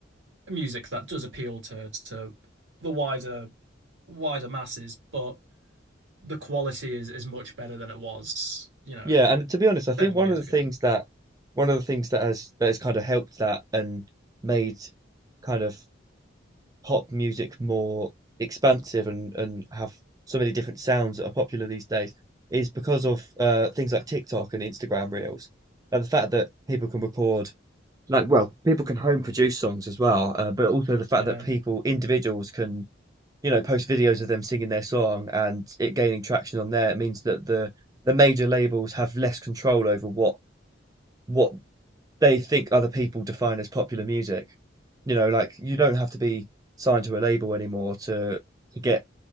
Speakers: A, on the right; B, on the right.
A: music that does appeal to to the wider wider masses, but the quality is is much better than it was, you know,
B: Yeah, and to be honest, I think
A: seven
B: one
A: years
B: of the
A: ago.
B: things that one of the things that has that has kind of helped that and made kind of pop music more expansive and and have so many different sounds that are popular these days is because of uh things like TikTok and Instagram Reels. And the fact that people can record like well, people can home produce songs as well, uh, but also the fact
A: Yeah,
B: that people, individuals can you know, post videos of them singing their song and it gaining traction on there, it means that the the major labels have less control over what what they think other people define as popular music. You know, like you don't have to be signed to a label anymore to to get